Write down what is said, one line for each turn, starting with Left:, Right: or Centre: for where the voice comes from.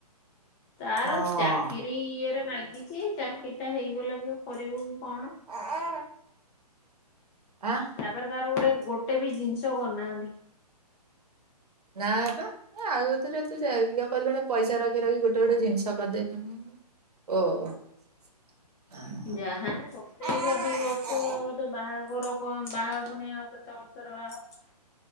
Left: ତାର
Right: ହଁ
Left: ଚାକିରି ଇଏରେ ନାଗିଛି ଚାକିରି ଟା ହେଇଗଲେ ବି। କରିବ କି କଣ।
Right: ଅ ଆଁ।
Left: ତାପରେ ତାର ଗୋଟେ ଗୋଟେ ବି ଜିନିଷ କରି ନାହାନ୍ତି।
Right: ନା ପା ଏ ଆଗତୁରିଆ ତୁ ଚା ଇଏ କଲୁଣୁ ପଇସା ରଖି ରଖି ଗୋଟେ ଗୋଟେ ଜିନିଷ କରି ଦେଇନଥାନ୍ତୁ। ଓ।
Left: ଯାହାନେ ସତେଇଶ
Right: ଆଉ
Left: ଅଠେଇଶ ବର୍ଷ ଗୋଟେ ବାହାଘର କଣ ବାହା ହବୁନେଇ ଆଉ। କେତେ ବର୍ଷ ରେ ବାହା ହବ।